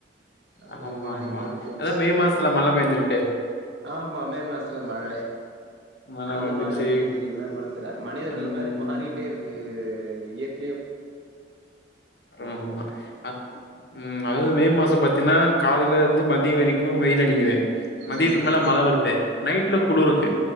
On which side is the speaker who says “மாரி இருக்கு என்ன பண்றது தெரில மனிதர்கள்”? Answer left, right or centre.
Right